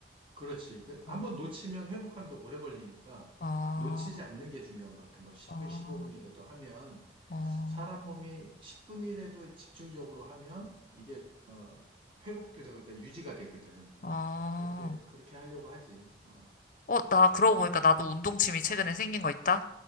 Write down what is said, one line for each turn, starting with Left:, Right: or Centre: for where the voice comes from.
Right: 그렇지. 그
Left: 어,
Right: 한번 놓치면 회복하는데 오래 걸리니까
Left: 어,
Right: 놓치지 않는 게 중요한 것 같아. 뭐 10분,
Left: 어,
Right: 15분이라도 하면
Left: 어,
Right: 사람 몸이 10분이라도 집중적으로 하면 이게 어, 회복도 되고 그러니까 유지가 되거든.
Left: 어,
Right: 그렇게 그렇게 하려고 하지. 어.
Left: 어, 나 그러고 보니까 나도 운동 취미 최근에 생긴 거 있다?